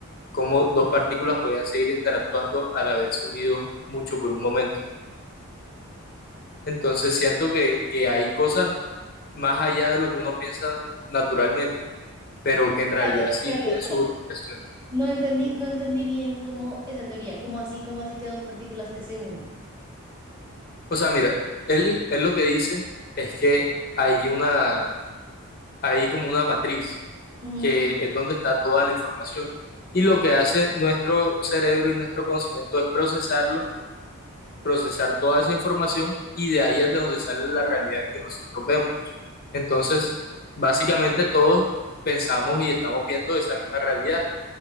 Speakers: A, on the left; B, on the right.
A: cómo dos partículas podían seguir interactuando al haberse unido mucho por un momento. Entonces siento que, que hay cosas más allá de lo que uno piensa naturalmente, pero que en realidad
B: Espérate,
A: sí
B: espérate,
A: tienen
B: espérate.
A: su justificación.
B: No entendí, no entendí bien cómo esa teoría, cómo así, cómo así que dos partículas que se unen.
A: O sea, mira, él, él lo que dice es que hay una, hay como una matriz,
B: Ujú.
A: que es donde está toda la información. Y lo que hace nuestro cerebro y nuestro conocimiento es procesarlo procesar toda esa información y de ahí es de donde sale la realidad que nosotros vemos. Entonces, básicamente todos pensamos y estamos viendo esa misma realidad,